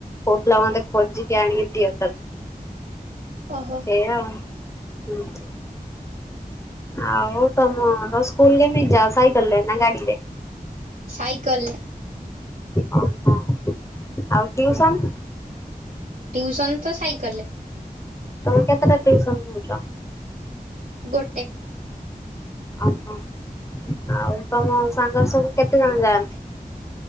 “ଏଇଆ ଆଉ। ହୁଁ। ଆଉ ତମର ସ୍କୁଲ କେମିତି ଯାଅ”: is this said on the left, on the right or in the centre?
Left